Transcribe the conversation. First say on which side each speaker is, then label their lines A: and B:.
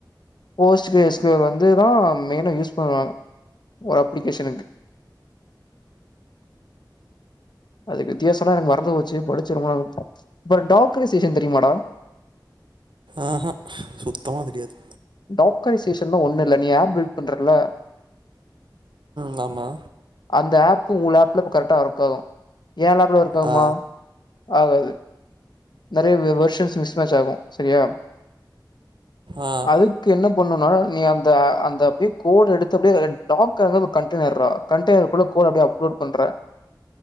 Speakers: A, on the left; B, on the right.
A: போஸ்ட் கிரே எஸ்கயூவல் வந்துதா மெயினா யூஸ் பண்ணுவாங்க ஒரு அப்ளிகேஷனுக்கு அதுக்கு வித்தியாசம்னா எனக்கு மறந்து போச்சு படிச்சு ரொம்ப நாள் பட் டாக்குரைசேஷன் தெரியுமாடா
B: ஆஹா சுத்தமா தெரியாது
A: டாக்குரைசேஷன்னா ஒண்ணு இல்ல நீ ஆப் பில்ட் பண்றல
B: தாமா
A: அந்த ஆப் உங்க லேப்ல இப்ப கரெக்டா ஒர்க் ஆகு ஏ லேப்ல ஒர்க்காவுமா
B: ஆ
A: ஆகாது நெறைய வெ வெர்ஷன்ஸ் மிஸ் மேட்ச் ஆகு சரியா
B: ஆ
A: அதுக்கு என்ன பண்ணோனா நீ அந்த அந்த அப்படியே கோடு எடுத்தபடிய டாக்க கண்டடெய்னர்துரா கண்டடெய்னர்குல்ல கோட அப்படியே அப்லோட் பண்ற